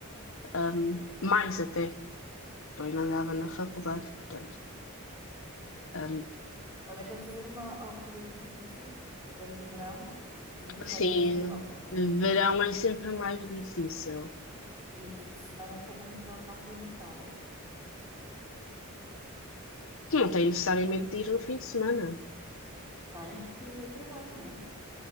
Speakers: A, on the left (about 65°); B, on the right (about 15°).
A: Um, mais até, porque eu ainda andava na faculdade, portanto. Um,
B: Também estamos a ver uma altura difícil, que vem o verão e tudo encarece
A: sim,
B: na Europa, não
A: verão
B: é?
A: é sempre mais difícil.
B: E fim de semana também torna a coisa cara.
A: Não tem necessariamente de ir no fim de semana.
B: Tem, porque eu trabalho, não é?